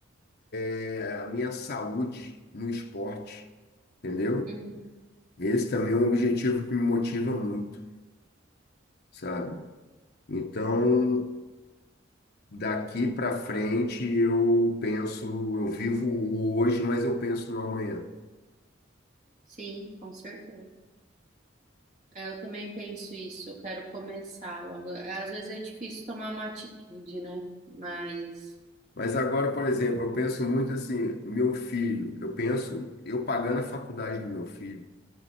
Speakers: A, on the left (about 55°); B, on the right (about 45°).
A: é, a minha saúde no esporte, entendeu?
B: Uhum,
A: Esse também é um objetivo que me motiva muito, sabe? Então,
B: uhum.
A: daqui para frente eu penso, eu vivo o hoje, mas eu penso no amanhã.
B: Sim, com certeza. É, Eu também penso isso, eu quero começar logo. Às vezes é difícil tomar uma atitude, né? Mas
A: Mas agora, por exemplo, eu penso muito assim, meu filho, eu penso eu pagando a faculdade do meu filho.